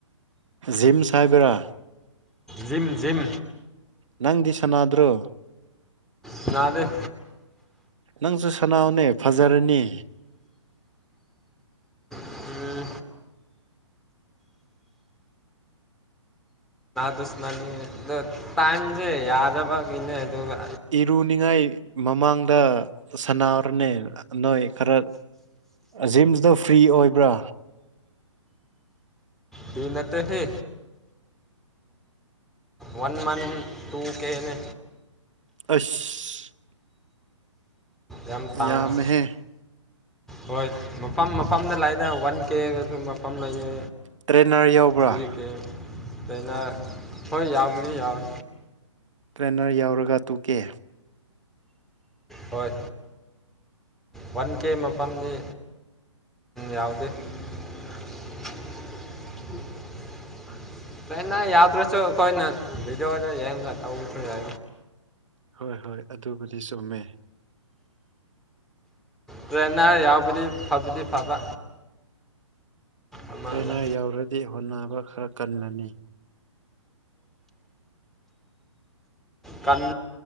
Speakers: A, on the right (about 70°); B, in the centre.
A: ꯖꯤꯝꯁ ꯍꯥꯏꯕꯔꯥ
B: ꯖꯤꯝ ꯖꯤꯝ
A: ꯅꯪꯗꯤ ꯁꯅꯥꯗ꯭ꯔꯣ
B: ꯁꯅꯥꯗꯦ
A: ꯅꯪꯁꯨ ꯁꯅꯥꯑꯣꯅꯦ ꯐꯖꯔꯅꯤ
B: ꯎꯝ ꯇꯨꯁꯅꯅꯤ ꯇꯥꯏꯝꯁꯦ ꯌꯥꯗꯕ ꯀꯅꯦ ꯇ
A: ꯏꯔꯨꯅꯤꯡꯉꯥꯏ ꯃꯃꯥꯡꯗ ꯁꯅꯥꯎꯔꯅꯦ ꯅꯣꯏ ꯈꯔ ꯖꯤꯝꯁꯤꯗ ꯐ꯭ꯔꯤ ꯑꯣꯏꯕ꯭ꯔꯥ
B: ꯇꯩꯅꯠꯇ ꯍꯦ ꯋꯥꯟ ꯃꯟꯊ ꯇꯨꯡ ꯀꯦꯅꯦ
A: ꯑꯁ
B: ꯌꯥꯝ
A: ꯌꯥꯝꯃꯦꯍꯦ
B: ꯇꯥꯡꯉꯦ ꯍꯣꯏ ꯃꯐꯝ ꯃꯐꯝꯗ ꯂꯥꯛꯏꯗ ꯋꯥꯟ ꯀꯦ ꯑꯗꯨ ꯃꯐꯝ ꯂꯩꯌꯦ
A: ꯇ꯭ꯔꯦꯅꯔ ꯌꯥꯎꯕ꯭ꯔꯥ
B: ꯊꯏꯒꯦ ꯑꯩꯅ ꯍꯣꯏ ꯌꯥꯎꯕꯗꯤ ꯌꯥꯎꯋꯦ
A: ꯇ꯭ꯔꯦꯅꯔ ꯌꯥꯎꯔꯒ ꯇꯨꯀꯦ
B: ꯍꯣꯏ ꯋꯥꯟ ꯀꯦ ꯃꯐꯝꯗꯤ ꯌꯥꯎꯗꯦ <unintelligible> <inaudible> ꯄꯩꯅꯅ ꯌꯥꯗ꯭ꯔꯁꯨ ꯀꯣꯏ ꯅꯕꯤꯖꯣ ꯋꯥ ꯌꯦꯅ ꯀ ꯊ ꯌꯥ
A: ꯍꯣꯏ ꯍꯣꯏ ꯑꯗꯨꯕꯨꯗꯤ ꯆꯨꯝꯃꯦ
B: ꯇ꯭ꯔꯦꯟꯅꯔ ꯌꯥꯎꯕꯗꯤ ꯐꯕꯗꯤ ꯐꯕ ꯑꯃꯒ
A: ꯇ꯭ꯔꯦꯅꯔ ꯌꯎꯔꯗꯤ ꯍꯣꯠꯅꯕ ꯈꯔ ꯀꯜꯂꯅꯤ
B: ꯀ